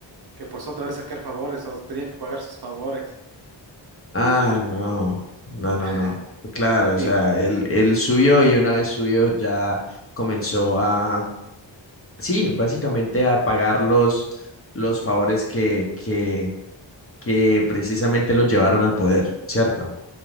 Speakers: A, on the right; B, on the left.
A: que pues otra vez sacar favores o tenía que pagar sus favores.
B: Ah,
A: Y,
B: no. No, no,
A: <laughs>
B: no. Claro, o
A: y
B: sea, él, él subió y una vez subió ya comenzó a, sí, básicamente a pagar los, los favores que, que, que precisamente los llevaron al poder, ¿cierto?